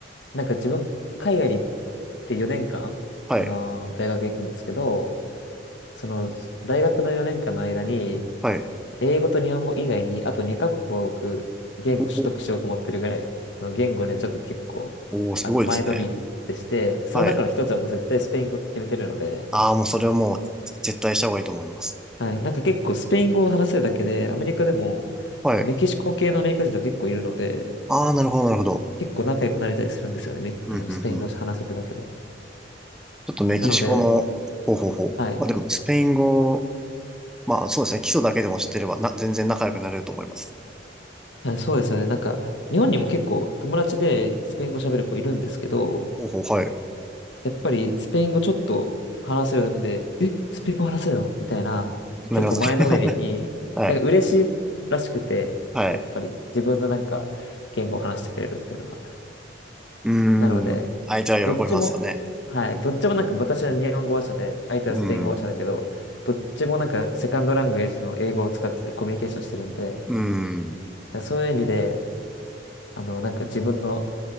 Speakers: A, on the left (about 75°); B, in the centre.
A: なんか自分、海外に行って4年間、
B: はい、
A: あのー大学行くんですけど、その、大学の4年間の間に、
B: はい。
A: 英語と日本語以外に、あと2カ国は僕、言語取得しようと思ってるぐらい、
B: おー
A: あの言語ね、ちょっと結構、
B: おおすごいですね。
A: あの、前乗りでして、その中の一つはもう絶対スペイン語って決めてるので、
B: はい。ああ、もうそれはもう絶対した方がいいと思います。
A: はい、なんか結構スペイン語を話せるだけで、アメリカでも、
B: はい。
A: メキシコ系のアメリカ人と結構いるので、
B: ああ、なるほど、なるほど。
A: 結構仲良くなれたりするんですよね、メあの、
B: うんうんうん
A: スペイン語を話せるだけで。
B: ちょっとメキシコの、
A: なので、
B: ほうほうほう。
A: はい、
B: まあ、でも、スペイン語、まあそうですね。基礎だけでも知ってれば、な、全然仲良くなれると思います。
A: はい、そうですよね、なんか、日本にも結構友達でスペイン語喋る子いるんですけど、
B: ほうほう、はい。
A: やっぱりスペイン語ちょっと話せるだけで、え、スペイン語話せるのみたいな、
B: なりますね。
A: 結構前のめりに、
B: <laughs> はい。
A: なんか嬉しいらしくて、
B: はい。
A: やっぱり自分のなんか言語を話してくれるっていうのが。
B: うーん。
A: なので、
B: 相手は喜びますよね。
A: どっちも、はい、どっちもなんか私は日本語話者で、相手はスペイン語話者だけど、
B: うん、
A: どっちもなんかセカンドラングエージの英語を使ってコミュニケーションしてるんで、
B: うん、
A: そういう意味で、あの、なんか自分の